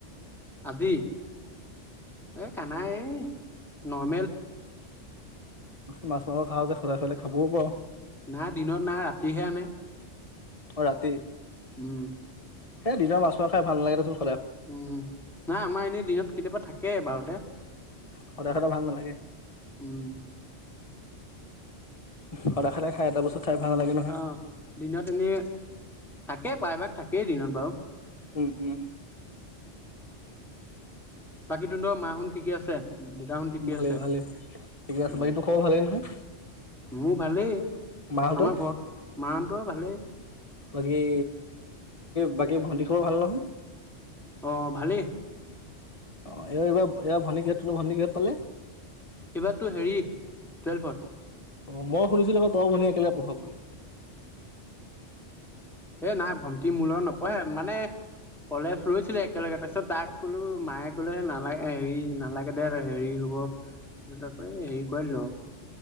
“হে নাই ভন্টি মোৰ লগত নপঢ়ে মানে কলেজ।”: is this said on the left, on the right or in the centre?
Centre